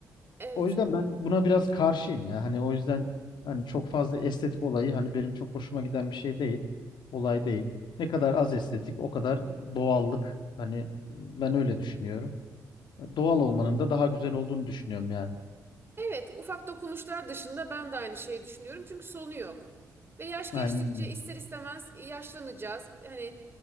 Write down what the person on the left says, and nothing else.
o yüzden ben buna biraz karşıyım ya. Hani o yüzden hani çok fazla estetik olayı hani benim çok hoşuma giden bir şey değil. Olay değil. Ne kadar az estetik o kadar doğallık. Hani ben öyle düşünüyorum. Doğal olmanın da daha güzel olduğunu düşünüyorum yani.
Aynen öyle.